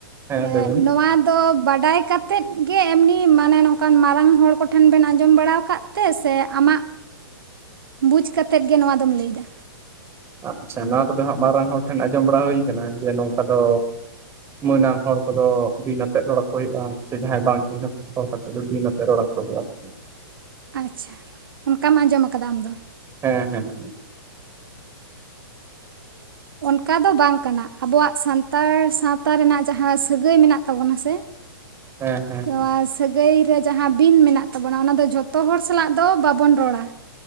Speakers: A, on the right (about 20°); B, on the right (about 70°).
A: ᱦᱮᱸ
B: ᱮᱸ
A: ᱞᱟᱹᱭ ᱵᱤᱱ
B: ᱱᱚᱣᱟ ᱛᱚ ᱵᱟᱰᱟᱭ ᱠᱟᱛᱮᱫ ᱜᱮ ᱮᱢᱱᱤ ᱢᱟᱱᱮ ᱱᱚᱝᱠᱟᱱ ᱢᱟᱨᱟᱝ ᱦᱚᱲ ᱠᱚᱴᱷᱮᱱ ᱵᱮᱱ ᱟᱸᱡᱚᱢ ᱵᱟᱲᱟ ᱟᱠᱟᱫ ᱛᱮ ᱥᱮ ᱟᱢᱟᱜ ᱵᱩᱡᱽ ᱠᱟᱛᱮᱫ ᱜᱮ ᱱᱚᱣᱟ ᱫᱚᱢ ᱞᱟᱹᱭ ᱮᱫᱟ?
A: ᱟᱪᱪᱷᱟ ᱱᱚᱣᱟ ᱠᱚ ᱫᱚ ᱦᱟᱸᱜ ᱢᱟᱨᱟᱝ ᱦᱚᱲ ᱴᱷᱮᱱ ᱟᱸᱡᱚᱢ ᱵᱟᱲᱟ ᱦᱩᱭ ᱟᱠᱟᱱᱟ ᱡᱮ ᱱᱚᱝᱠᱟ ᱫᱚ ᱢᱟᱹᱱᱟᱱ ᱦᱚᱲ ᱠᱚᱫᱚ ᱵᱤᱱ ᱟᱛᱮᱫ ᱨᱚᱲ ᱟᱠᱚ ᱦᱩᱭᱩᱜ-ᱟ ᱥᱮ ᱡᱟᱦᱟᱸᱭ ᱵᱟᱝ ᱪᱤᱱᱦᱟᱹᱯ ᱦᱚᱲ ᱠᱟᱛᱮᱫ ᱫᱚ ᱵᱤᱱ ᱟᱛᱮ ᱨᱚᱲ ᱟᱠᱚ ᱦᱩᱭᱩᱜ-ᱟ ᱾
B: ᱟᱪᱪᱷᱟ ᱚᱱᱠᱟᱢ ᱟᱸᱡᱚᱢ ᱟᱠᱟᱫᱟ ᱟᱢ ᱫᱚ ᱾
A: ᱦᱮᱸ ᱦᱮᱸ ᱾
B: ᱚᱱᱠᱟ ᱫᱚ ᱵᱟᱝ ᱠᱟᱱᱟ ᱟᱵᱚᱣᱟᱜ ᱥᱟᱱᱛᱟᱲ ᱥᱟᱶᱛᱟ ᱨᱮᱱᱟᱜ ᱡᱟᱦᱟᱸ ᱥᱟᱹᱜᱟᱹᱭ ᱢᱮᱱᱟᱜ ᱛᱟᱵᱚᱱᱟ ᱥᱮ
A: ᱦᱮᱸ ᱦᱮᱸ
B: <unintelligible>
A: ᱦᱮᱸ
B: ᱥᱟᱹᱜᱟᱹᱭ ᱨᱮ ᱡᱟᱦᱟᱸ ᱵᱤᱱ ᱢᱮᱱᱟᱜ ᱛᱟᱵᱚᱱᱟ ᱚᱱᱟ ᱫᱚ ᱡᱷᱚᱛᱚ ᱦᱚᱲ ᱥᱟᱞᱟᱜ ᱫᱚ ᱵᱟᱵᱚᱱ ᱨᱚᱲᱟ,